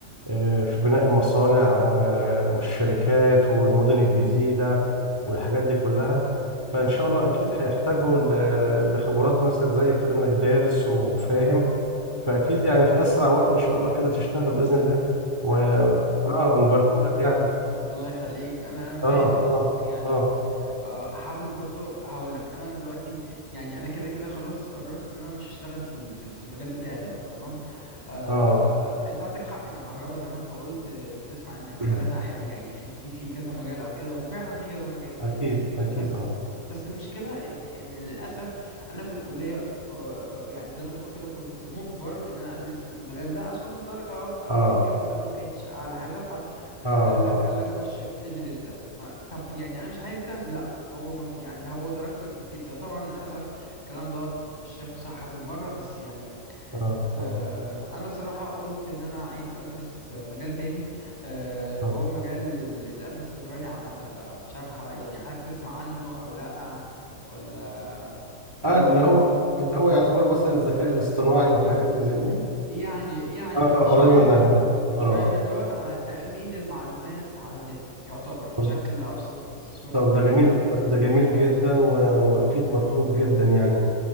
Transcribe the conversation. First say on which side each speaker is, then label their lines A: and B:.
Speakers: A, on the right; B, on the left.
A: آه، في بناء المصانع و- والشركات والمدن الجديدة والحاجات دي كلها فإن شاء الله أكيد هيحتاجوا ل- لخبرات مثلا زي كده إنك دارس وفاهم فأكيد يعني في أسرع وقت إن شاء الله كده تشتغل بإذن الله و
B: اه
A: آه
B: آه.
A: نباركولك يعني
B: الله يخليك أنا أنا فاهم
A: آه
B: بس
A: آه
B: يعني
A: آه
B: آه، هحاول برضو هقول لك انا دلوقتي يعني انا كده كده خلاص قررت ان انا مش هشتغل في ال- في ال- في المجال بتاعي دوت تمام آه،
A: آه
B: انت عندك حق ان كهرباء زي ما انت قلت آه، بتسمع ان مجالاتها
A: <clears throat>
B: ح- يعني في في في كذا مجال او كده وفعلا في كذا مجال
A: أكيد أكيد
B: بس
A: آه
B: بس المشكله ان ان للاسف انا في الكليه آه، آه، يعني زي ما تقول كده كنت مجبر ان انا ادرس المجال ده عشان درجه في اول
A: آه
B: كام سنه ما كانتش اعلى حاجه قال
A: آه آه
B: لك قال لك خش ادرس ده ما طب يعني انا مش عايز ده لا هو ما في يعني هو درجتك بتجيب ده طبعا للاسف الكلام دوت مش شايفه صح بالمره بس يعني
A: اه
B: آه
A: اه
B: انا بصراحه قلت ان انا عايز ادرس آه، مجال تاني آه
A: اه
B: وهو مجال ال- الامن السيبراني عامه بقى مش عارف ح- يعني حضرتك تسمع عنه او لا ولا لو
A: اه اللي هو اللي هو يعتبر مثلا الذكاء الاصطناعي والحاجات اللي زي دي
B: يعني يعني
A: اه
B: شوية
A: قريب منها
B: مم،
A: اه اه
B: شوية من دوت على تأمين المعلومات على النت يعتبر
A: طب
B: بشكل أبسط صورة
A: طب
B: ممكنة
A: ده جميل
B: يعني
A: ده جميل جدا و... واكيد مطلوب جدا يعني